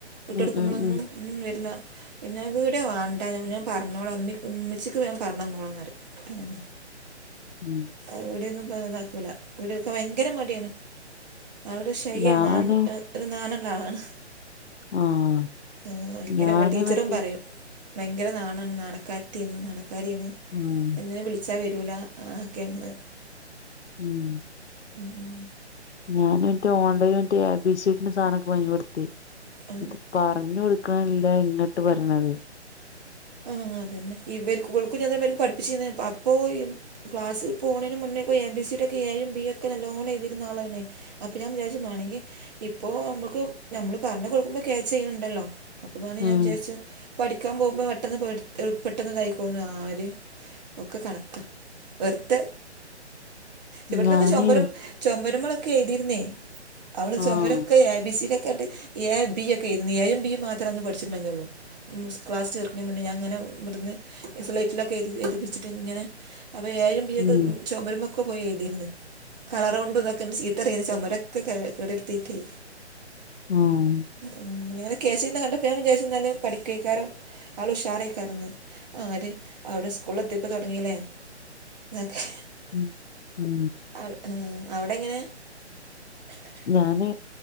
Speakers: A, on the right (about 35°); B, on the left (about 70°).
A: കുട്ടെടുക്കുമ്പോളൊന്നും
B: ഉം ഉം ഉം
A: വരില്ല. ഞൻ ഇവിടെയാ വാണ്ടെ ഞൻ പറഞ്ഞോള ഉമ്മി ഉമ്മിച്ചിക്ക് വേ പറന്നൊളന്നറിയും. ഉം.
B: ഉം.
A: ഇവിടെയൊന്നും പ ഇതാക്കൂല. വീടെ എടുക്കാൻ ഭയങ്കര മടിയാണ്. ആള് ഒരു ഷൈയാണ്,
B: ഞാന്
A: നൻ ഒരു നാണല്ല ആളാണ്.
B: ആഹ്
A: ആ ഭയങ്കര
B: ഞാന്
A: അവളെ ടീച്ചറും
B: മറ്റേ
A: പറയും. ഭയങ്കര നാണാണ്. നാണകാരീതിയാണ്, നാണക്കാരിയാണ്.
B: ഉം.
A: അതിനെ വിളിച്ചാൽ വരൂല ആക്കെയന്ന്.
B: ഉം.
A: ഉം ഉം.
B: ഞാന ൺട്ട് ഓണ്ടയും മറ്റ ഏ ബി സീ ടി ന്റെ സാധനൊക്കെ മാങ്ങി കൊടുത്തി.
A: ആ
B: ഇത് പറഞ്ഞു കൊടുക്കാണല്ല ഇങ്ങട്ട് പറഞ്ഞത്.
A: ആഹ് ഹ അതന്നെ. ഇവര് ക് ഇവൾക്ക് ഇതേമാത്തിരിക്ക് പഠിപ്പിച്ചിന്നെ പ പോയും ക്ലാസ് പോണന് മുന്നേ എ ബി സിയുടെ ഒക്കെ എയും ബിയും ഒക്കെ നല്ലോണം എഴുതിരുന്ന ആളാണെ. അപ്പൊ ഞാൻ വിചാരിച്ച് മേണങ്കി, ഇപ്പൊ നമ്മുക്ക് നമ്മള് പറഞ് കൊടുക്കുമ്പോ ക്യാച്ച് ചെയ്യണണ്ടല്ലോ. അപ്പ പ
B: ഉം
A: ഞാൻ വിചാരിച്ചു, പഠിക്കാൻ പോകുമ്പോ പെട്ടെന്ന് പെട് പെട്ടെന്ന്തായിക്കോളുന്നു ആര്. ഒക്കെ കണക്ക വെറുതെ. ഇവിടന്നൊക്കെ
B: ഞാനേ
A: ചൊമരം ചൊമ്പരമളൊക്കെ എഴുതിരുന്നേ. അവള് ചുമരൊക്കെ
B: ആഹ്
A: എ ബി സി ടി ക്കെ ഒറ്റ എ ബി ഒക്കെ എയ്തും. A B മാത്രേന്ന് പഠിച്ചിട്ടുണ്ടായിള്ളൂ. ഉം സ് ക്ലാസ് ചേർക്ക്ണേൻ മുന്നേ ഞാൻ ഇങ്ങനെ ഇവ്ട്ന്ന് സ്ലൈറ്റിലൊക്കെ എയ്തിച് എയ്തിപ്പിച്ചിട്ട് ഇങ്ങനെ. അപ്പൊ ഏയും ബീയൊക്കെ
B: ഉം
A: ചൊമര്മ്മെക്കെ പോയി എയ്‌തേര്ന്ന് കളറ് കൊണ്ട് ഇതൊക്കെങ്ങട്ട് ചീ തറിയെര് ചൊമരൊക്ക കേ കേടെര്‌ത്തീറ്റേ
B: ആഹ്
A: ഉംങ്ങെനെ കേച്ചിയ്ണ് കണ്ടപ്പ ഞാൻ വിചാരിച്ചു ഇന്നാല് പഠിക്കൊയ്‌ക്കാരം ആള് ഉഷാറേയ്‌ക്കാരംന്ന് ആര് അവടെ സ്കൂൾല് എത്തിയപ്പോ തൊടങ്ങീലേ <unintelligible>
B: ഉ ഉം.
A: അഹ് ആ അവടെ എങ്ങനെ
B: ഞാന്